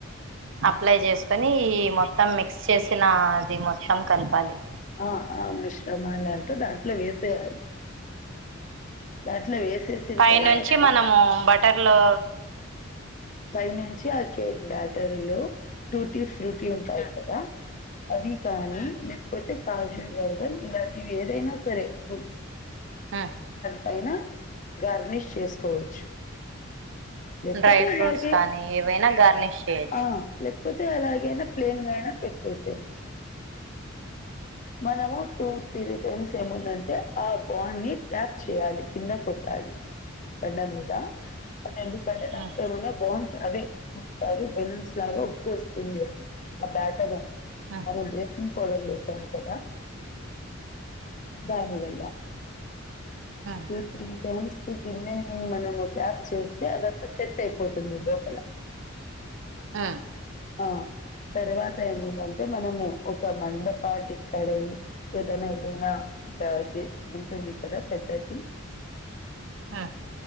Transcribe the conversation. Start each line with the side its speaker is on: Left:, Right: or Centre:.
Right: అప్లై చేసుకొని ఈ మొత్తం మిక్స్ చేసిన అది మొత్తం కలపాలి
Left: ఆ ఆమిశ్రమాలంతా దాంట్లో వేసేయాలి దాంట్లో వేసేసిన
Right: పైనుంచి
Left: తర్వాత
Right: మనము బటర్లో
Left: పై నుంచి ఆ కేక్ బ్యాటరీ లో టూటీ ఫ్రూటీ ఉంటాయి కదా అవి కానీ లేకపోతే కాజు బాదం ఇలాంటివి ఏదైనా సరే ఫ్రూట్స్
Right: హుమ్
Left: పైన గార్నిష్ చేసుకోవచ్చు లేకపోతే
Right: డ్రై ఫ్రూట్స్
Left: ఇలాగే
Right: కానీ ఏవైనా గార్నిష్ చేయొచ్చు
Left: ఆ లేక్ కపోతే అలాగైనా ప్లేన్గాయినా
Right: ఉమ్
Left: పెట్టేసేవచ్చు మనము టూ త్రీ టైమ్స్ ఏముందంటే ఆ బాండ్ ని ట్యాప్ చేయాలి కింద కొట్టాలి
Right: అ
Left: బెండ మీద అదే ఎందుకంటే దా
Right: ఉమ్
Left: <inaudible> బా బన్స్ అవే ఏమంటారు బెలూన్స్ లాగా ఉబ్బ వస్తుంది కదా ఆ బ్యాటరీ అనేది
Right: ఉమ్
Left: అదే బ్రేకింగ్ పౌడర్ వేసాను కదా దాని గుండా
Right: ఉమ్
Left: టూ, త్రీ టైమ్స్ గిన్నె మనము ట్యాప్ చేస్తే అదంతా సెట్ అయిపో తుంది లోపల
Right: ఉమ్
Left: ఆ తరువాత ఏముందంటే మనము ఒక మందపాటి ఇక్కడే ఏదైనా ఏదైనా జాబ్ చేసుకుంటు ఉంటుంది కదా పెద్దది
Right: ఆ